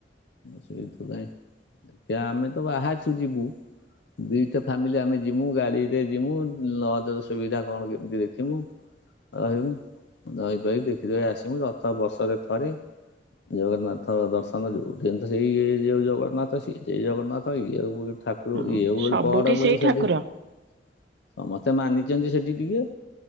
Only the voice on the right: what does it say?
ହଁ
ସବୁଠି
ସେଇ
ଠାକୁର